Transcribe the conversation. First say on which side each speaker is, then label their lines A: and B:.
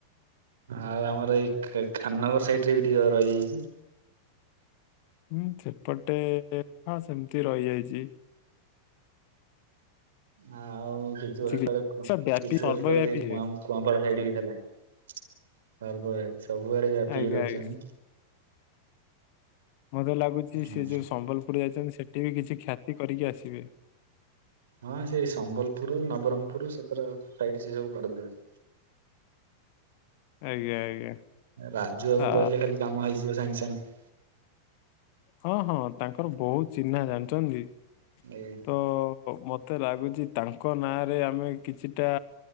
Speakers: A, on the right; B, on the left.
A: ଆଉ ଆମର ଏଇ ଖା ଖାନନଗର ସାଇଡ ରେ ବି ଟିକେ ରହିଯାଇଚି।
B: ହୁଁ ସେପଟେ ହଁ ସେମତି ରହିଯାଇଚି।
A: ଆଉ କିଛି ବର୍ଷ ତଳେ
B: କି ସେ ବ୍ୟାପୀ
A: କିଛି
B: ସର୍ବବ୍ୟାପୀ
A: ବର୍ଷ ତଳେ ସେ କୁଆଁଉଁ
B: ହୁଏ
A: କୂଆଁପାଳ ସାଇଡ ବି ଥେଲା। ତାରପରେ ସବୁଆଡେ ବ୍ୟାପି
B: ଆଜ୍ଞା
A: କି ରହିଚନି।
B: ଆଜ୍ଞା ମୋତେ ଲାଗୁଚି
A: ହଁ
B: ସିଏ ଯୋଉ ସମ୍ବଲପୁର୍ ଯାଇଚନ୍ତି ସେଠି ବି କିଛି ଖ୍ୟାତି କରିକି ଆସିବେ।
A: ହଁ ସେଇ ସମ୍ବଲପୁରୁ ନବରଙ୍ଗପୁରୁ ସେକର ସାଇଡ୍ ସେ ସବୁ କରିଦେବେ।
B: ଆଜ୍ଞା ଆଜ୍ଞା
A: ରାଜୁବାବୁ
B: ଆ
A: କହିଲେ ଖାଲି କାମ ହେଇଯିବ ସାଙ୍ଗେ-ସାଙ୍ଗେ।
B: ହଁ-ହଁ ତାଙ୍କର ବହୁତ୍ ଚିହ୍ନା ଜାଣିଚନ୍ତି କି?
A: ଆଜ୍ଞା।
B: ତ ମତେ ଲାଗୁଚି ତାଙ୍କ ନାଁରେ ଆମେ କିଛିଟା।